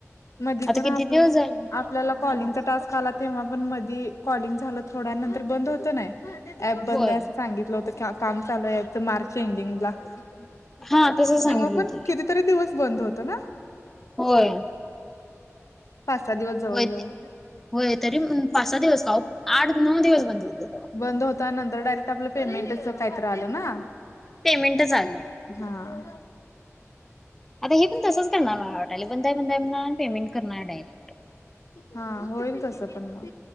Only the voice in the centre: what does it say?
आता
किती
दिवस झाले
बंद
होय
हा तसं सांगितलं
होतं की
होय
होय
ते होय तरी पाच सहा दिवस का आठ नऊ दिवस बंद बोलते तेव
पेमेंट आलं्
आता हे पण तसच णारटल बंद ब पेमें करणार डाररी